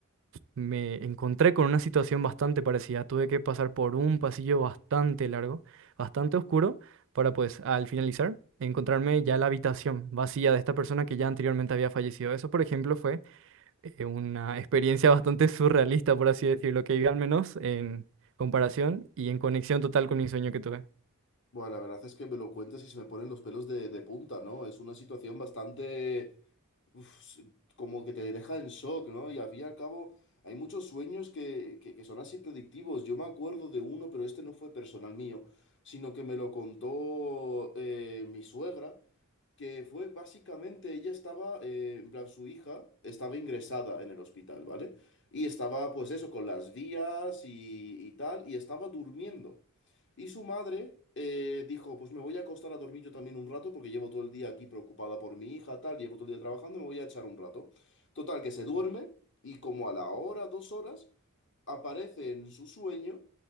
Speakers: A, on the right; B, on the left.
A: me encontré con una situación bastante parecida. Tuve que pasar por un pasillo bastante largo, bastante oscuro, para pues al finalizar encontrarme ya la habitación vacía de esta persona que ya anteriormente había fallecido. Eso, por ejemplo, fue eh, una experiencia <laughs> bastante surrealista, por así decirlo, que viví al menos en comparación y en conexión total con mi sueño que tuve.
B: Bueno, la verdad es que me lo cuentas y se me ponen los pelos de, de punta, ¿no? Es una situación bastante uf, como que te deja en shock, ¿no? Y al fin y al cabo, hay muchos sueños que, que, que son así predictivos. Yo me acuerdo de uno, pero este no fue personal mío, sino que me lo contó eh, mi suegra que fue básicamente ella estaba, eh, en plan, su hija estaba ingresada en el hospital, ¿vale? Y estaba, pues eso, con las vías y, y tal, y estaba durmiendo. Y su madre eh, dijo, pues me voy a acostar a dormir yo también un rato, porque llevo todo el día aquí preocupada por mi hija, tal, llevo todo el día trabajando, me voy a echar un rato. Total, que se duerme, y como a la hora, dos horas, aparece en su sueño